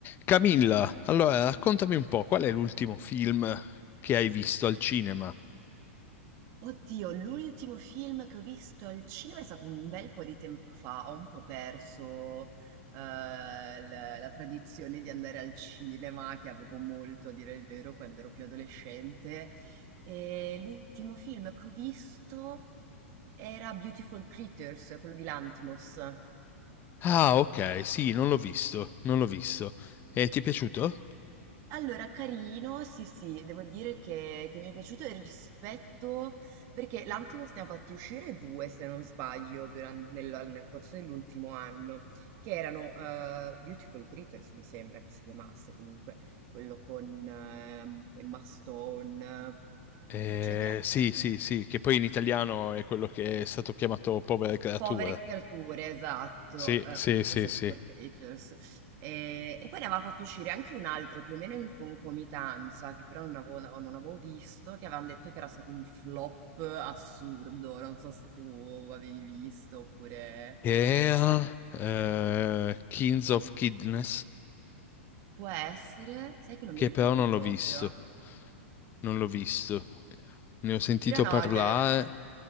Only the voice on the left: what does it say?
Camilla, allora raccontami un po', qual è l'ultimo film che hai visto al cinema?
Ah, ok, sì, non l'ho visto, non l'ho visto. E ti è piaciuto?
Eh,
sì, sì, sì, che poi in italiano è quello che è stato chiamato Povere creature.
Sì,
sì,
sì, sì.
Che era eh, Kings of Kidness,
che
però non
l'ho visto. Non l'ho visto. Ne ho sentito
parlare.